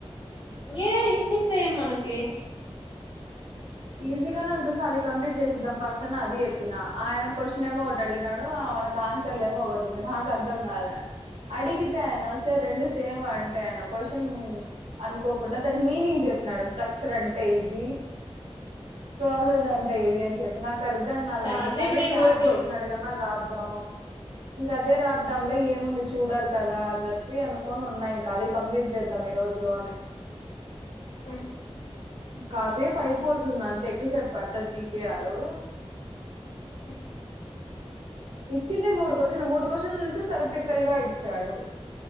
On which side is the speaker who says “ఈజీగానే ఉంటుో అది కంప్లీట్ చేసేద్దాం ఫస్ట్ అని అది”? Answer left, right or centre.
Right